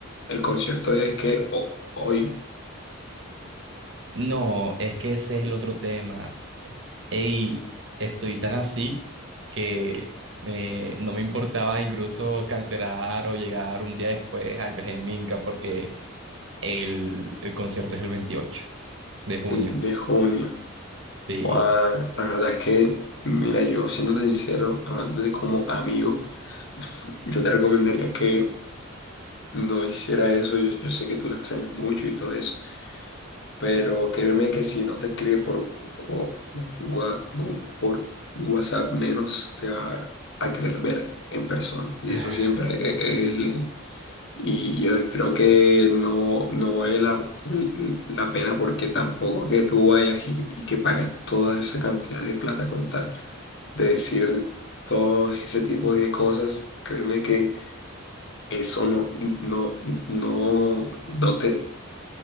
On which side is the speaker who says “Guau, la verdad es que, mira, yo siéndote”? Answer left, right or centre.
Left